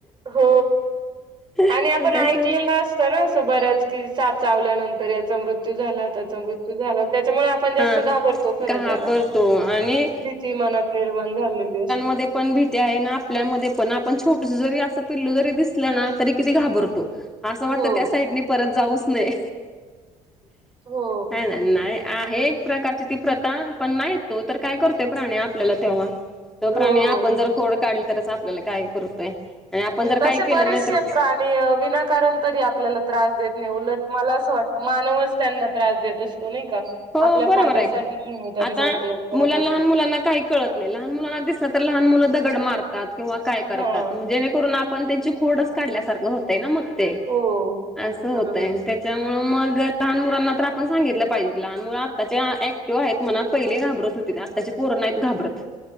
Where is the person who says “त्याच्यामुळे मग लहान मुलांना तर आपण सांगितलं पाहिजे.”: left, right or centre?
Centre